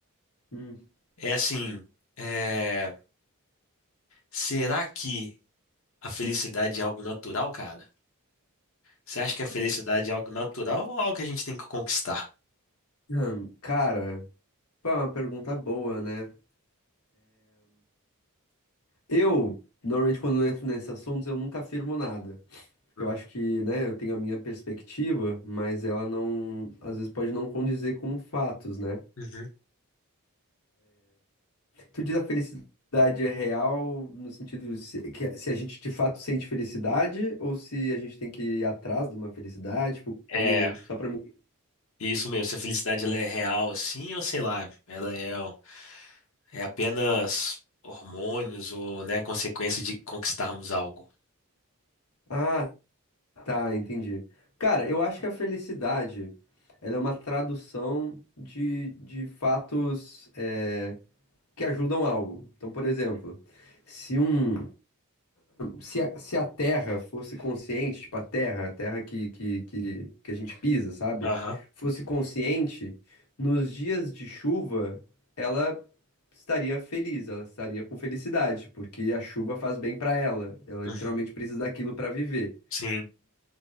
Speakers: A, on the left; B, on the left.
A: Hum.
B: é assim, é, será que a felicidade é algo natural, cara? Você acha que a felicidade é algo natural ou algo que a gente tem que conquistar?
A: Hum, Cara, pô, é uma pergunta boa, né? Eu, normalmente quando eu entro nesses assuntos, eu nunca afirmo nada. Porque
B: Hum.
A: eu acho que, né, eu tenho a minha perspectiva, mas ela não, às vezes pode não condizer com fatos, né?
B: Uhum.
A: Tu diz a felicidade é real no sentido se, que, a- se a gente de fato sente felicidade ou se a gente tem que ir atrás de uma felicidade, tipo, como,
B: É,
A: só pra mim.
B: isso mesmo. Se a felicidade ela é real assim, ou sei lá, ela é, um- é apenas hormônios ou, né, consequência de conquistarmos algo.
A: Ah, Tá, entendi. Cara, eu acho que a felicidade, ela é uma tradução de, de fatos é, que ajudam algo. Então, por exemplo, se um, se a, se a Terra fosse consciente, tipo a Terra, a Terra que, que, que, que a gente pisa, sabe?
B: Aham.
A: Fosse consciente, nos dias de chuva, ela estaria feliz, ela estaria com felicidade, porque a chuva faz bem pra ela. Ela
B: Uhum.
A: literalmente precisa daquilo pra viver.
B: Sim.